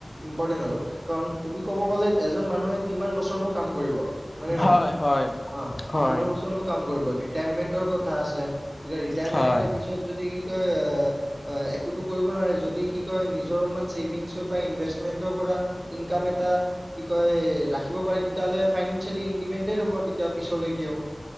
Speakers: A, on the right; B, on the left.
A: ইম্পৰ্টেণ্ট আৰু কাৰণ তুমি ক'ব গ'লে এজন মানুহে কিমান বছৰ নো কাম কৰিব হয় নে
B: হয়
A: নহয়
B: হয়
A: অ
B: হয়
A: কিমান বচ ছৰ নো কাম কৰিব ৰিটায়াৰমেন্টৰ কথা আছে তেতিয়া ৰিটায়াৰমেন্টৰ
B: হয়
A: পিছত যদি কি কয় অ আ একোতো কৰিব নোৱাৰে যদি কি কয় নিজৰ অলপমান চছেভিংছৰ বা ইনভেষ্টমেণ্টৰ পৰা ইনকাম এটা কি কয় ৰাখিব পাৰে তেতিয়াহ'লে ফাইনেনচিয়েলি ইণ্ডিপেণ্ডেট হ'ব তেতিয়া পিছলেকেও